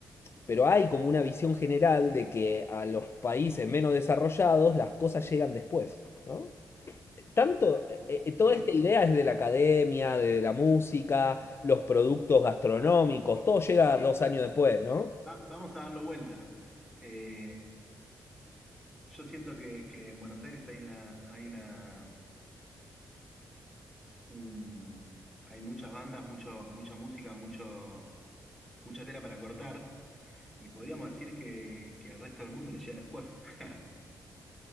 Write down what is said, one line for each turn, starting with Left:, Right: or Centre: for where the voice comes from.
Left: Pero hay como una visión general de que a los países menos desarrollados las cosas llegan después, ¿no? Tanto, eh, eh, toda
Centre: Bueno,
Left: esta idea es de la academia, de la música, los productos gastronómicos, todo llega dos años después, ¿no?
Centre: va- vamos a darlo vuelta. Eh, yo siento que, que en Buenos Aires hay una, hay una, un- hay muchas bandas, mucho, mucha música, mucho, mucha tela para cortar. Y podríamos decir que, que al resto del mundo le llega después. <laughs>